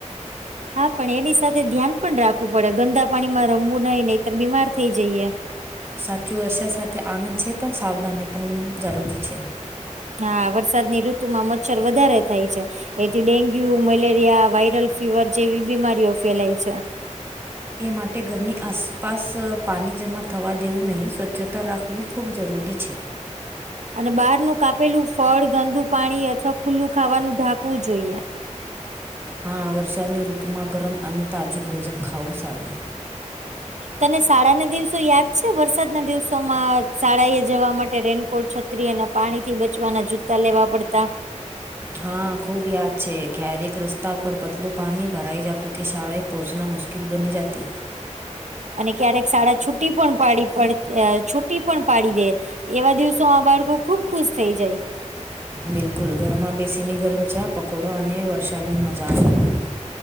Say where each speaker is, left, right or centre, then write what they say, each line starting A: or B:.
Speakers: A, on the right; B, on the right.
A: હા પણ એની સાથે ધ્યાન પણ રાખવું પડે ગંદા પાણીમાં રમવું નહી નહીતર બીમાર થેઇ જઈએ.
B: સાચું વર્ષા સાથે આનંદ છે પણ સાવધાની પણ જરૂરી છે
A: હા વરસાદની ઋતુમાં મચ્છર વધારે થાય છે એથી ડેન્ગ્યુ મલેરિયા વાયરલ ફીવર જેવી બીમારીઓ ફેલાય છે.
B: એ માટે ઘરની આસપાસ પાણી જમા થવા દેવું નહીં સ્વચ્છતા રાખ વી ખૂબ જરૂરી છે
A: અને બહારનુ કાપેલું ફળ ગંદુ પાણી અથવા ખુલ્લું ખાવાનું ઢાંકવું જોઈએ.
B: હા વરસાદની ઋતુમાં ગરમ અને તાજું ભોજન ખાવું સારું.
A: તને શાળાના દિવસો યાદ છે વરસાદના દિવસોમાં શાળા એ જવા માટે રેનકોટ છતા ત્રી અને પાણીથી બચવાના જૂતા લેવા પડતા
B: હા ખુબ યાદ છે ક્યારેક રસ્તા પર પતલું પાણી ભરાઈ જતું કે શાળાએ પહોંચના મુશ્કેલ કિલ બની જાતિ
A: અને ક્યારેક સાડા છુટી પણ પાડી પડતી છું ટી પણ પાડી દે એવા દિવસોમાં બાળકો ખુબ ખુશ થઈ જાય
B: બિલકુલ ઘરમાં બેસીને ગરમ ચા પકોડો અને વરસાદની મજા આવે